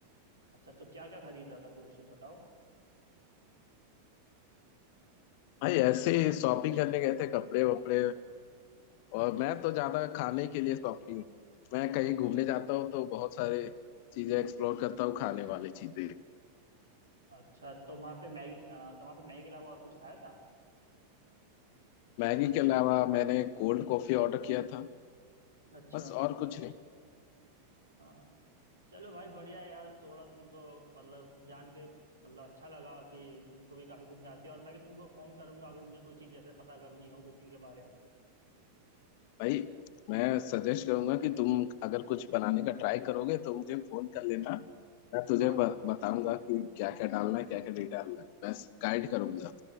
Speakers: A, on the right; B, on the left.
A: अच्छा तो क्या क्या खरीदा था कुछ बताओ
B: भाई ऐसे ही शॉपिंग करने गए थे कपड़े वपड़े और मैं तो ज्यादा खाने के लिए शॉपिंग मैं कहीं घूमने जाता हूँ तो बहुत सारी चीजें एक्सप्लोर करता हूँ खाने वाली चीजें
A: अच्छा तो वहाँ पे मैगी अ, तो वहाँ पे मैगी के अलावा और कुछ खाया था
B: मैगी के अलावा मैंने कोल्ड कॉफी ऑर्डर किया था
A: अच्छा
B: बस और कुछ नहीं
A: हाँ चलो भाई बढ़िया है यार थोड़ा तुमको मतलब जान के मतलब अच्छा लगा कि तुमको भी काफी कुकिंग आती है और मैं भी तुमको फोन करूंगा अगर मुझे कोई चीज जैसे पता करनी हो कुकिंग के बारे में
B: भाई मैं सजेस्ट करूंगा कि तुम अगर कुछ बनाने का ट्राई करोगे तो मुझे फोन
A: हम्म
B: कर लेना मैं तुझे
A: हाँ
B: ब, बताऊंगा कि क्या क्या डालना है क्या क्या नहीं डालना है बस गाइड
A: हम्म
B: करूंगा